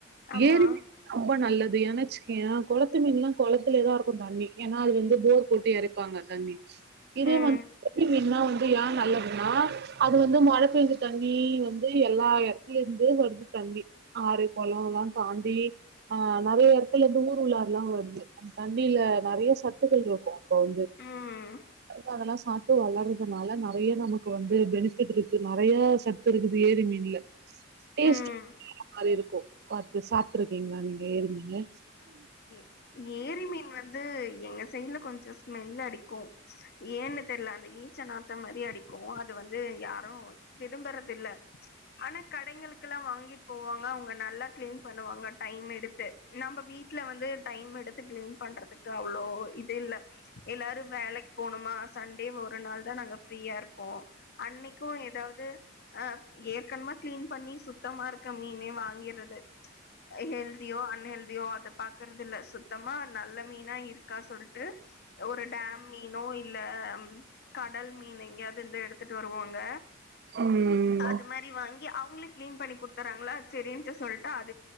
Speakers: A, on the left; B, on the right.
A: ஆமா
B: ஏரி‌ மீனு ரொம்ப நல்லது அது என்னச்சிகயேன் கொளத்து மீன்ல்லாம் கொளத்துலேதான் இருக்கும் தண்ணி ஏன்னா அது வந்து போர் போட்டு இரைப்பாங்க தண்ணீ இது
A: ம்
B: வந்துட்டு என்னா அ ஏன் நல்லதுன்னா அது வந்து மழை பெஞ்ச தண்ணி வந்து எல்லா இடத்துல இருந்து வருது தண்ணி ஆறு குளம் எல்லாம் தாண்டி அஹ நிறைய இடத்துல இருந்து ஊர் உள்ளாற எல்லாம் வருது அ தண்ணியில நெறைய சத்துகள் இருக்கும் ப்ப வந்து
A: ம்
B: அதுகாகல்லாம் சா சத்து வளர்றதுனால நெறைய நமக்கு வந்து பெனிபிட் இருக்கு நெறைய சத்து இருக்குது ஏரி மீனுல டேஸ்ட்
A: ம்
B: மாரி இருக்கு பாத்து சாப்புட்டுருக்கீங்களா நீங்க ஏரி மீனு
A: ஏ ஏரி மீன் வந்து எங்க செய்ல கொஞ்சம் ஸ்மெல் அடிக்கும் ஏன்னு தெரியல அந்த ஈச்ச நாத்த மாதிரி அடிக்கும் அது வந்து யாரும் விரும்பறதில்ல ஆனா கடைகளுக்குல்லாம் வாங்கிட்டு போவாங்க அவங்க நல்லா கிளீன் பண்ணுவாங்க டைம் எடுத்து நம்ம வீட்டு வீட்ல வந்து டைம் எடுத்து கிளீன் பண்றதுக்கு அவ்ளோ இல்ல எல்லாரு வேலைக்கு போணுமா சண்டே ஒரு நாள் தான் நாங்க ப்ஃரீயா இருப்போம் அன்னைக்கும் ஏதாவது அ ஏற்கனமா கிளீன் பண்ணி சுத் சுத்தமா இருக்க மீனே வாங்கிறது ஹெல்தியோ அன்ஹெல்தியோ அத பாக்கறதுல்ல சுத்தமா நல்ல மீனா இருக்கா சொல்டு ஒரு டேம் மீனோ இல்ல அம் ம் கடல் மீன் எங்யாவது இருந்தா எடுத்துட்டு வருவாங்க
B: ம்
A: அது மரி வாங்கி அவங்களுக்கு கிளீன் பண்ணி குடுத்தறாங்களா செரின்னு சொல்ட்டு அது